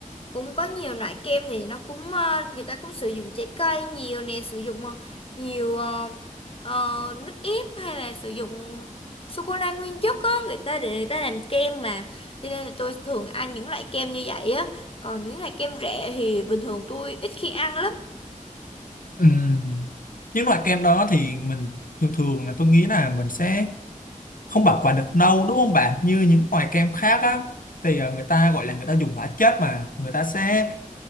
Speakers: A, on the left (about 40°); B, on the left (about 80°).
A: cũng có nhiều loại kem thì nó cũng ờ, người ta cũng sử dụng trái cây nhiều nè, sử dụng ờ, nhiều ờ, ờ, nước ép hay là sử dụng sô cô la nguyên chất á người ta để người ta làm kem mà. Cho nên là tôi thường ăn những loại kem như vậy á. Còn những loại kem rẻ thì bình thường tôi ít khi ăn lắm.
B: Ừm, Những loại kem đó thì mình thường thường là tôi nghĩ là mình sẽ không bảo quản được lâu đúng không bạn như những loại kem khác á thì ờ, người ta gọi là người ta dùng hóa chất mà người ta sẽ